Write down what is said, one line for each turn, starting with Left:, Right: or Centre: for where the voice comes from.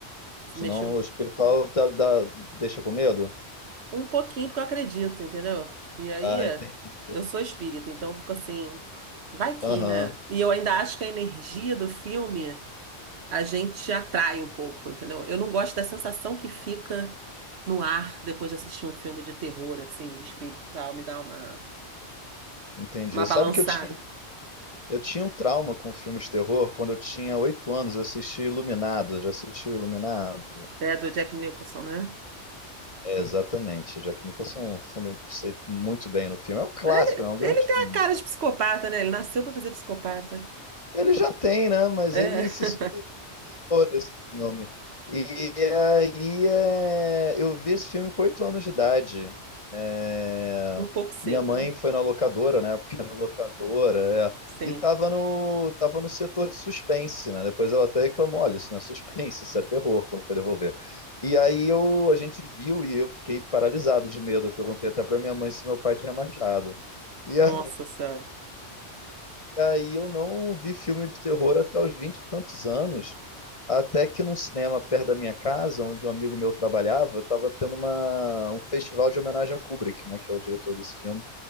Right: Se
Left: senão
Right: mexer,
Left: o espiritual tá- dá- deixa com medo?
Right: Um pouquinho, porque eu acredito, entendeu? E aí,
Left: Ah,
Right: é,
Left: entendi.
Right: eu sou espírita, então eu fico assim, vai que,
Left: Aham,
Right: né? E eu ainda acho que a energia do filme a gente atrai um pouco, entendeu? Eu não gosto da sensação que fica no ar depois de assistir um filme de terror, assim, de espírito, e tal, me dá uma,
Left: entendi.
Right: uma balançada.
Left: Sabe que eu tinha Eu tinha um trauma com filme de terror quando eu tinha oito anos. Eu assisti Iluminado. Já assistiu Iluminado?
Right: É, do Jack Nicholson, né?
Left: É, exatamente. Jack Nicholson fundo, sei muito bem no filme. É um clássico,
Right: Ele,
Left: né? É um grande
Right: ele tem
Left: filme.
Right: a cara de psicopata, né? Ele nasceu pra fazer psicopata.
Left: Ele já tem, né? Mas
Right: É,
Left: ele se adoro esse filme. E aí é, eu vi esse filme com oito anos de idade. É,
Right: <laughs> um pouco cedo,
Left: minha mãe
Right: né?
Left: foi na locadora, na época era locadora,
Right: Sim.
Left: é, e tava no, tava no setor de suspense, né? Depois ela até reclamou, olha, isso não é suspense, isso é terror, quando foi devolver. E aí eu, a gente viu e eu fiquei paralisado de medo. Eu perguntei até pra minha mãe se meu pai tinha machado. E
Right: Nossa
Left: aí,
Right: Senhora.
Left: e aí eu não vi filme de terror até os vinte e tantos anos. Até que num cinema perto da minha casa, onde um amigo meu trabalhava, estava tendo uma, um festival de homenagem ao Kubrick, né, que é o diretor desse filme.